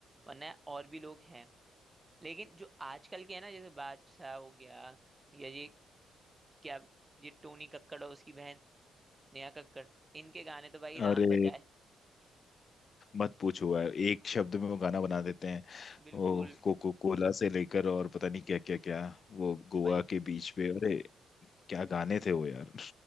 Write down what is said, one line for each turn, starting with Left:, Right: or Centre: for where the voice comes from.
Right: वरना और भी लोग हैं लेकिन जो आजकल के है ना जैसे बादशाह हो गया या ये क्या ये टोनी कक्कड़ और उसकी बहन नेहा कक्कड़ इनके गाने तो भाई राम
Left: अरे
Right: बचाए
Left: मत पूछो यार एक शब्द में वो गाना बना देते हैं
Right: बिल्कुल
Left: वो कोको कोला से लेकर और पता नहीं क्या क्या क्या वो गोवा
Right: भाई
Left: के बीच पे अरे क्या गाने थे वो यार